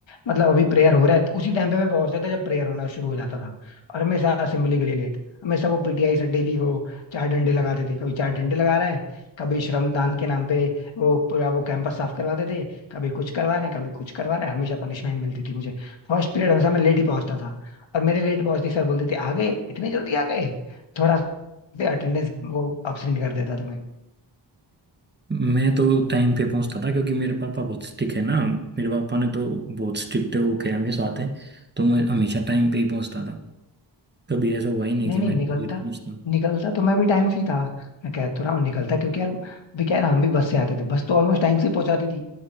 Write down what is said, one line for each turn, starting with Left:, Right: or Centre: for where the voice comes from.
Left: मतलब अभी प्रेयर हो रहा है उसी टाइम पे मैं पहुंचता था जब प्रेयर होना शुरू हो जाता था और हमेशा असेंबली के लिए लेट हमेशा वो पीटीआई से डेली वो चार डंडे लगाते थे कभी चार डंडे लगा रहे हैं कभी श्रमदान के नाम पे वो पूरा वो कैंपस साफ करवाते थे कभी कुछ करवा रहे हैं कभी कुछ करवा रहे हैं हमेशा पनिशमेंट मिलती थी मुझे फर्स्ट पीरियड हमेशा मैं लेट ही पहुंचता था और मेरे लेट पहुंचते ही सर बोलते थे आ गए इतने जल्दी आ गए थोड़ा अटेंडेंस वो अब्सेंट कर देता तुम्हें
Right: मैं तो टाइम पे पहुंचता था क्योंकि मेरे पापा बहुत स्ट्रिक्ट है ना मेरे पापा ने तो बहुत स्ट्रिक्ट है वो क्या हमेशा साथ है तो मैं हमेशा टाइम पे ही पहुंचता था कभी ऐसा हुआ ही नहीं
Left: नहीं
Right: कि मैं
Left: नहीं निकलता
Right: लेट पहुंचता
Left: निकलता तो मैं भी टाइम से ही था मैं कह तो रहा हूँ निकलता क्योंकि यार भी क्या है ना हम भी बस से आते थे बस तो ऑलमोस्ट टाइम से ही पहुंचाती थी